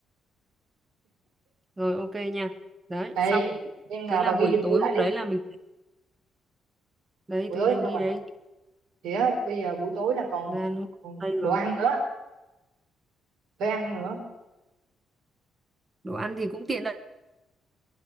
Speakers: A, on the right; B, on the right.
A: rồi ok nha đấy xong
B: ê nhưng mà
A: thế là
B: bà ghi
A: buổi
B: giùm
A: tối
B: tôi lại
A: hôm
B: đi
A: đấy là mình đấy
B: buổi
A: tôi
B: tối
A: đang
B: sao
A: ghi
B: bà
A: đấy
B: thì á bây giờ buổi tối là còn
A: gian homestay
B: còn đồ
A: rồi
B: ăn nữa phải ăn nữa
A: đồ ăn thì cũng tiện đấy